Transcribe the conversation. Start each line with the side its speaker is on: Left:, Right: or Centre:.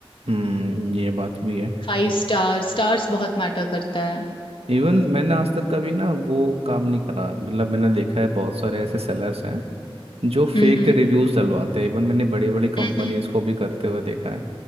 Right: हम्म ये बात भी है
Left: फाइव स्टार स्टार्स बहुत मैटर करता है
Right: इवन मैंने आज तक कभी ना वो काम नहीं करा मतलब मैंने देखा है बहुत सारे ऐसे सेलर्स हैं जो
Left: हम्म
Right: फेक
Left: हम्म
Right: रिव्यूज डलवाते हैं इवन मैंने बड़ी बड़ी कंपनीज
Left: हम्म हम्म,
Right: को भी करते हुए देखा है